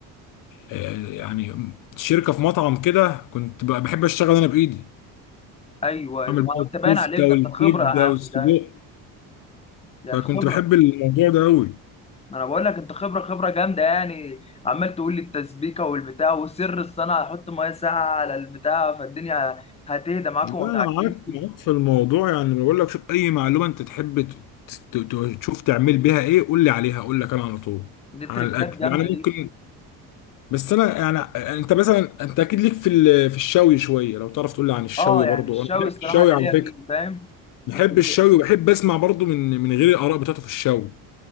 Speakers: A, on the left; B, on the left.
A: آه، يعني شركة في مطعم كده كنت ب- بحب اشتغل انا بايدي
B: ايوه ايوه
A: اعمل
B: آه،
A: بقى الكفتة
B: انت باين عليك ده
A: والكبدة
B: انت خبره يا عم
A: والسجق
B: ده يعني
A: فكنت
B: خبره
A: بحب الموضوع ده قوي
B: ما انا بقول لك انت خبره خبره جامده يعني عمال تقول لي التسبيكه والبتاع وسر الصنعه هحط ميه ساقعه على البتاع فالدنيا هتهدى معاكم
A: لا
B: وما تعجنش
A: انا معاك معاك في الموضوع يعني بقول لك شوف اي معلومة انت تحب ت- ت- ت- تشوف تعمل بيها ايه قول لي عليها اقول لك انا على طول
B: دي
A: عن
B: تريكات
A: الاكل
B: جامده
A: يعني ممكن
B: دي
A: بس انا يعني آه، انت مثلا انت اكيد ليك في ال- في الشوي شويه لو تعرف تقول لي عن الشوي
B: اه
A: برضو
B: يعني الشاوي
A: انا بحب
B: الصراحه
A: الشوي
B: انا
A: على
B: ليا
A: فكره
B: فيه فاهم
A: بحب
B: كنت جي.
A: الشوي وبحب اسمع برضو من من غير الاراء بتاعته في الشوي